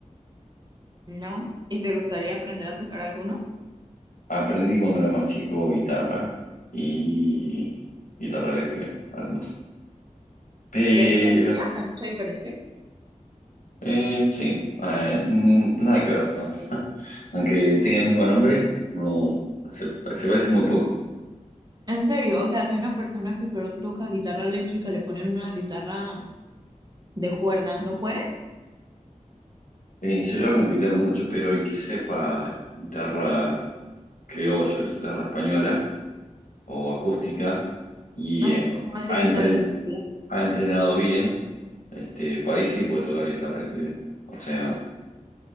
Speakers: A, on the right; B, on the left.
A: ¿no? ¿Y te gustaría aprender a tocar alguno?
B: Aprendí cuando era más chico guitarra y guitarra eléctrica, además. pero
A: ¿Y hay diferencia? ¿Hay mucha diferencia?
B: Eh, sí, eh, mm, nada que ver son. <laughs> Aunque tenga el mismo nombre, no se, se parece muy poco.
A: En serio, o sea, si una persona que solo toca guitarra eléctrica le ponen una guitarra de cuerda, ¿no puede?
B: Eh, se le va a complicar mucho, pero el que sepa guitarra criolla, guitarra española o acústica y
A: Ay,
B: eh,
A: ¿cómo así
B: ha,
A: guitarra
B: entren-
A: española?
B: ha entrenado bien, este, para ahí sí puede tocar guitarra eléctrica. O sea,